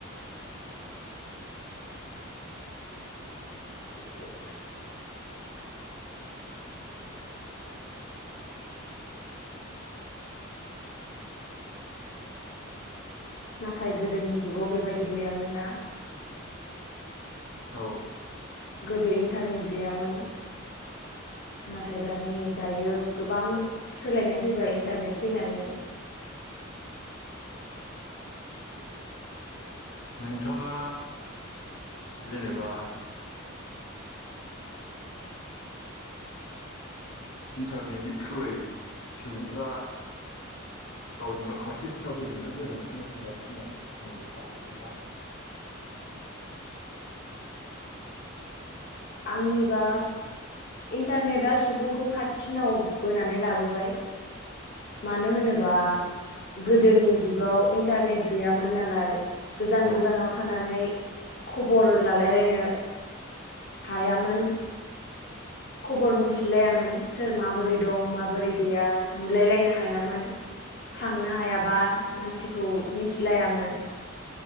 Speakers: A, on the left; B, on the left.
A: <unintelligible> नाथाय गोदोनि जुगाव बेबायदि गैयामोन ना
B: औ
A: गोदो इन्टारनेट गैयामोन नाथाय दानि दायो गोबां सोलायनाय फैबाय इन्टारनेट फैनानै
B: नोंथाङा जेनेबा इन्टारनेटनि थ्रुयै सुबुंफ्रा गावजों गाव खाथिसिनाव फैदोंना गोजानसिनाव थांगासिनो दं नोंनिबा नोंथां
A: आंनिबा इन्टारनेटआ सुबुंखौ खाथिसिनाव बोनानै लाबोबाय मानो होनोबा गोदोनि जुगाव इन्टारनेट गैयामोन नालाय गोजान
B: औ
A: गोजानाव थानानै खबर लालायलायनो हायामोन खबर मिथिलायामोन सोर माबोरै दं माबोरै गैया नुलायलायनो हायामोन थांनो हायाबा मानसिखौ मिथिलायामोन